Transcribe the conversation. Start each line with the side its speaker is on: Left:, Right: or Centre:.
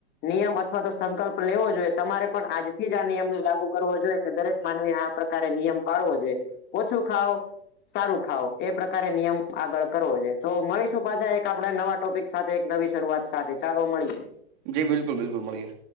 Left: નિયમ અથવા તો સંકલ્પ લેવો જોઈએ. તમારે પણ આજથી જ આ નિયમને લાગુ કરવો જોઈએ કે દરેક માનવી આ પ્રકારે નિયમ પાળવો જોઈએ. ઓછું ખાઓ, સારું ખાવ એ પ્રકારે નિયમ આગળ કરવો જોઈએ તો મળીશું પાછા એક આપડા નવા ટોપિક સાથે નવી શરૂઆત સાથે ચાલો મળીએ.
Right: જી બિલકુલ બિલકુલ મળીએ.